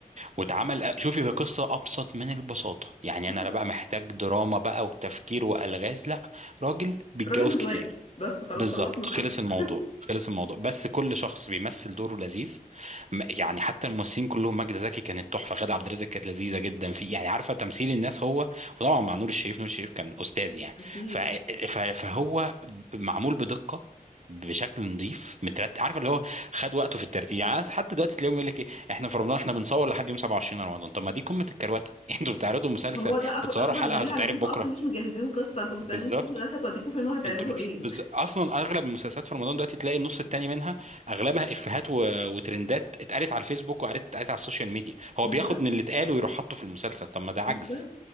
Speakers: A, on the right; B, on the left.
A: واتعمل
B: آه،
A: آه، شوفي هي قصه ابسط من البساطه يعني
B: آه،
A: انا لا بقى محتاج دراما بقى وتفكير والغاز لا راجل بيتجوز
B: راجل مزواج
A: كتير
B: بس خلاص
A: بالظبط
B: خلصنا القصة
A: خلص الموضوع
B: <laughs>
A: خلص الموضوع بس كل شخص بيمثل دوره لذيذ م- يعني حتى الممثلين كلهم ماجدة زكي كانت تحفة غادة عبد الرازق كانت لذيذة جدا في يعني عارفة تمثيل الناس هو وطبعا مع نور الشريف نور الشريف كان أستاذ يعني
B: أكيد
A: ف... ف... فهو معمول بدقة بشكل نظيف مترتب عارف اللي هو خد وقته في الترتيب يعني حتى دلوقتي تلاقيهم يقول لك ايه احنا في رمضان احنا بنصور لحد يوم 27 رمضان طب ما دي قمة الكروتة <laughs> انتوا بتعرضوا مسلسل
B: هو ده أكبر
A: بتصوروا
B: أكبر
A: حلقة
B: دليل
A: هتتعرض
B: على إن أنتوا
A: بكرة
B: أصلا مش مجهزين قصة أنتوا مستنيين
A: بالظبط
B: تشوفوا الناس هتوديكوا فين وهتعملوا
A: انتوا بتش...
B: إيه
A: بز... اصلا اغلب المسلسلات في رمضان دلوقتي تلاقي النص التاني منها اغلبها افيهات و... وترندات اتقالت على الفيسبوك وقالت اتقالت على السوشيال ميديا هو
B: <laughs> بالظبط
A: بياخد من اللي اتقال ويروح حاطه في المسلسل طب ما ده
B: بس
A: عجز